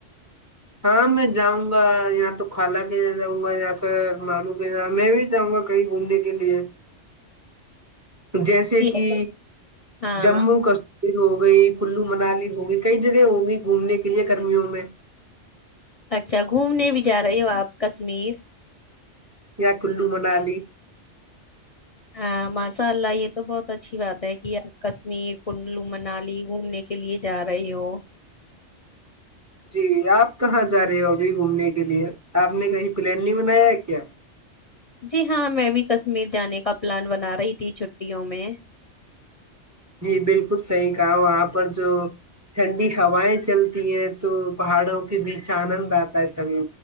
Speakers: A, on the right; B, on the left.
A: ہاں میں جاؤں گا یااں تو خالہ کے یہاں جاؤں گا یا پھر ملو کے میں بھی جاؤں گا کہیں گھومنے کے لیے جیسے
B: یا
A: کہ
B: تو ہاں
A: جموں کشمیر ہو گئی کلو منالی ہو گئی کئی جگہ ہوں گی گھومنے کے لیے گرمیوں میں
B: اچھا گھومنے بھی جا رہے ہو آپ کشمیر
A: یا کلو منالی
B: ہاں مسالہ یہ تو بہت اچھی بات ہے کہ یار کشمیر کنلو منالی گھومنے کے لیے جا رہے ہو
A: جی آپ کہاں جا رہے ہو ابھی گھومنے کے لیے آپ نے کہیں پلان نہیں بنایا ہے کیا
B: جی ہاں میں بھی کشمیر جانے کا پلان بنا رہی تھی چھٹیوں میں
A: جی بالکل صحیح کہا وہاں پر جو ٹھنڈی ہوائیں چلتی ہیں تو پہاڑوں کے بیچ آنند آتا ہے سبھی